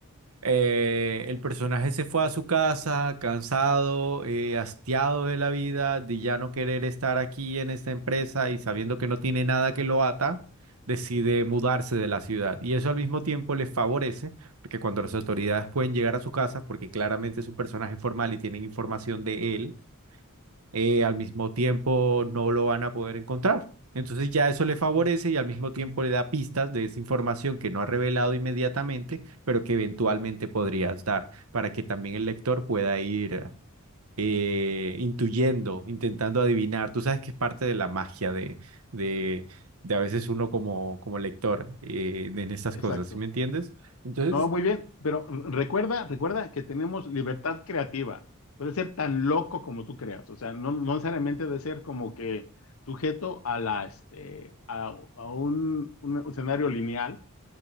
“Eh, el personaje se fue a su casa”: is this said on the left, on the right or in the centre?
Right